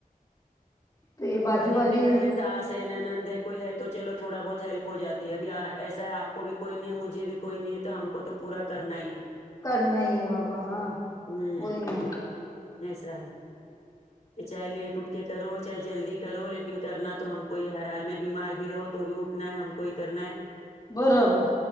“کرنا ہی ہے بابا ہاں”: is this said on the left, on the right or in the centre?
Left